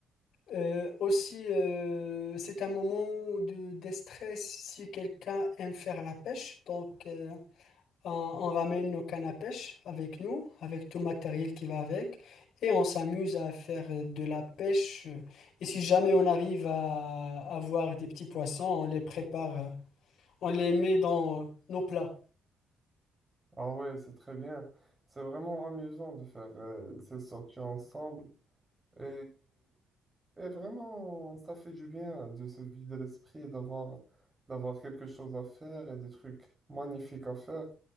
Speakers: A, on the left; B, on the right.
A: Euh, aussi, euh, c'est un moment de déstress si quelqu'un aime faire la pêche, donc... euh, on, on ramène nos cannes à pêche avec nous, avec tout le matériel qui va avec, et on s'amuse à faire de la pêche. Et si jamais on arrive à avoir des petits poissons, on les prépare, euh, on les met dans euh, nos plats.
B: Ah ouais, c'est très bien. C'est vraiment amusant de faire euh, ces sorties ensemble. Et, et vraiment, ça fait du bien de se vider l'esprit et d'avoir d'avoir quelque chose à faire et des trucs magnifiques à faire,